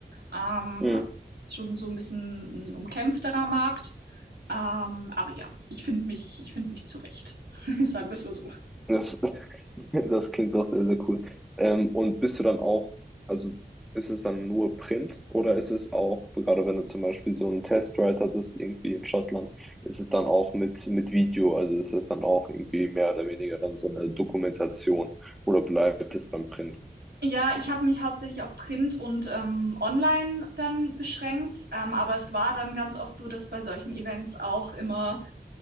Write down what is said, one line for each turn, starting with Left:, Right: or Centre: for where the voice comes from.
Right: Ähm,
Centre: Mhm.
Right: es ist schon so ein bisschen ein umkämpfterer Markt. Ähm, aber ja, ich finde mich, ich finde mich zurecht. <laughs> Sagen wir es mal so.
Centre: Das, <laughs> das klingt doch sehr, sehr cool. Ähm, und bist du dann auch, also ist es dann nur Print oder ist es auch, gerade wenn du zum Beispiel so einen Testride hattest, irgendwie in Schottland, ist es dann auch mit, mit Video, also ist es dann auch irgendwie mehr oder weniger dann so eine Dokumentation oder bleibt es beim Print?
Right: Ja, ich habe mich hauptsächlich auf Print und ähm, Online dann beschränkt, ähm, aber es war dann ganz oft so, dass bei solchen Events auch immer